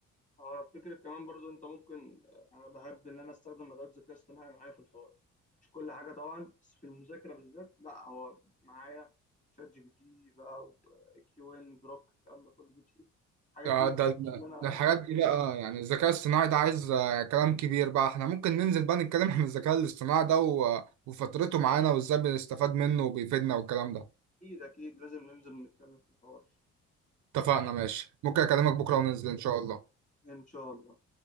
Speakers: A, on the left; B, on the right.
A: اه فكرة كمان برضو انت ممكن آه، انا بحب ان انا استخدم ادوات الذكاء الاصطناعي معايا في الحوار مش كل حاجة طبعا بس في المذاكرة بالذات لا هو معايا شات جي بي تي بقى وكيو ان جروك الكلام ده كله ديب سي الحاجات
B: ده
A: دي بقى
B: ده ده
A: اللي انا
B: ده الحاجات دي بقى يعني الذكاء الاصطناعي ده عايز آه، كلام كبير بقى احنا ممكن ننزل بقى نتكلم عن الذكاء الاصطناعي ده و- وفترته معانا وازاي بنستفاد منه وبيفيدنا والكلام ده
A: اكيد اكيد لازم ننزل نتكلم في الحوار
B: اتفقنا ماشي ممكن اكلمك بكرة وننزل ان شاء الله
A: ان شاء الله